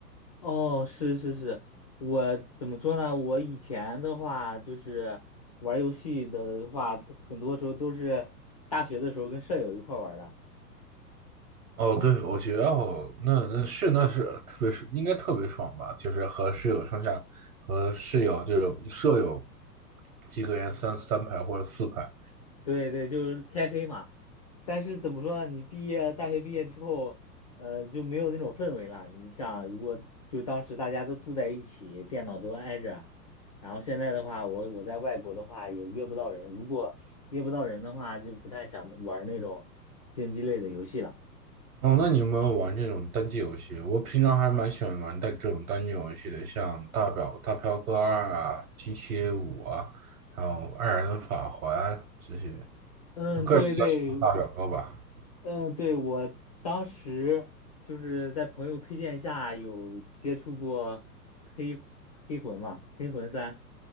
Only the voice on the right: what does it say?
哦，对，我觉得哦，那那是那是特别是应该特别爽吧，就是和室友上下和室友这种舍友几个人三三排或者四排。
哦，那你有没有玩这种单机游戏？我平常还蛮喜欢玩但这种单机游戏的，像大表大飘哥二啊、GTA 五啊，还有二人法环这些。
我个人比较喜欢大表哥吧。